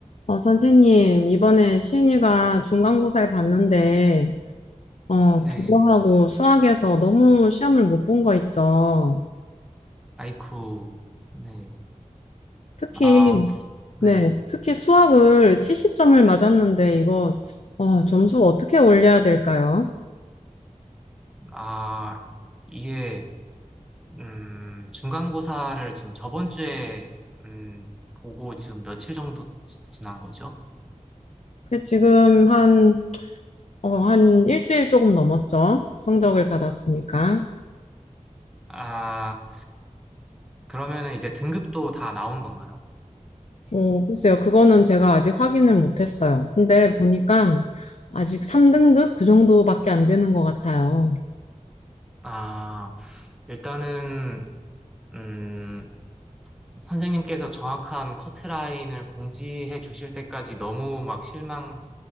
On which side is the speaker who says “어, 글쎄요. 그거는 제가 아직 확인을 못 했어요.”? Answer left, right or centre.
Left